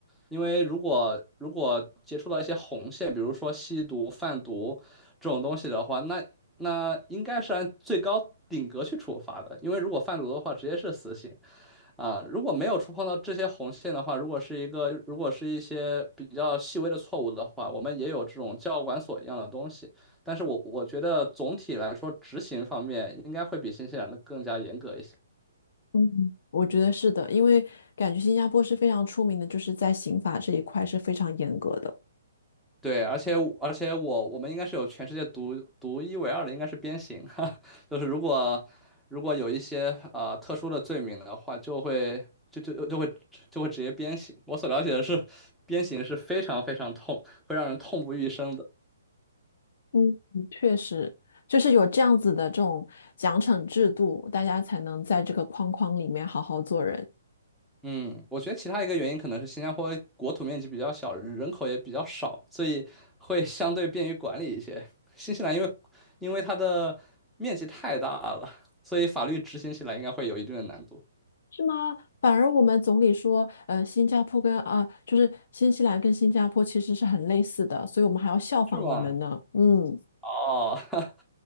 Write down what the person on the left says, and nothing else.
嗯，我觉得是的，因为感觉新加坡是非常出名的，就是在刑法这一块是非常严格的。
嗯，确实，就是有这样子的这种奖惩制度，大家才能在这个框框里面好好做人。
是吗？反而我们总理说，呃，新加坡跟啊、就是新西兰跟新加坡其实是很类似的，所以我们还要效仿你们呢。
嗯，